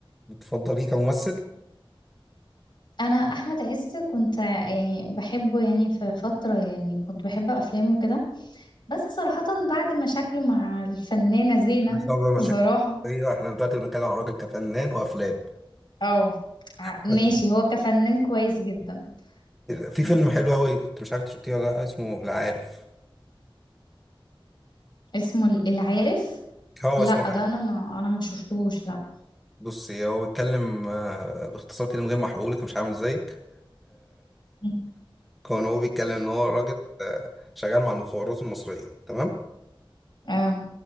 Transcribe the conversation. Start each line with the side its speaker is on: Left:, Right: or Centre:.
Centre: بتفضليه كممثل
Left: أنا أحمد عز كنت ع- يعني بحبه يعني في فترة يعني كنت بحب أفلامه كده بس صراحة بعد مشاكله مع الفنانة زينة
Centre: مش دعوه بقى
Left: بصراحة
Centre: مشاكل شخصيه احنا دلوقتي بنتكلم عن راجل كفنان وافلام
Left: اه ع-
Centre: <laughs>
Left: ماشي هو كفنان كويس جدا
Centre: في
Left: بس
Centre: فيلم حلو قوي كنت مش عارف انت شفتيه ولا لا اسمه العارف
Left: اسمه العارف
Centre: اه
Left: لا
Centre: اسمه العارف
Left: ده انا ما انا ما شفتهوش لا
Centre: بص هو بيتكلم آه، باختصار كده من غير ما احرقهولك مش عامل زيك
Left: <laughs>
Centre: كان هو بيتكلم ان هو راجل آه، شغال مع المخابرات المصريه تمام
Left: اه